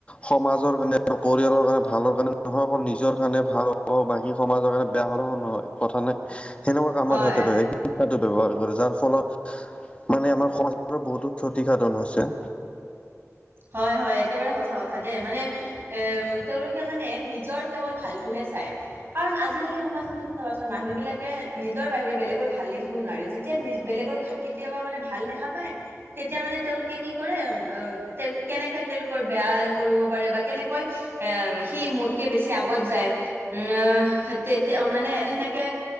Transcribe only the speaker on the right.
হয়
হয় হয় একেবাৰে সঁচা কথা দেই মানে এ তেওঁলোকে মানে নিজৰ কেৱল ভালটোহে চায় কাৰণ আজিকালি সমাজত তুমি চাবাচোন মানুহ বিলাকে নিজৰ বাহিৰে বেলেগৰ ভাল দেখিব নোৱাৰে যেতিয়া বেলেগৰ ভাল কেতিয়াবা মানে ভাল দেখা পায় তেতিয়া মানে তেওঁলোকে কি কৰে অ তেওঁক কেনেকে তেওঁলোকৰ বেয়া কৰিব পাৰে বা কেনেকৈ এ সি মোতকে বেছি আগত যায়। উম তেতিয়া মানে সেনেকে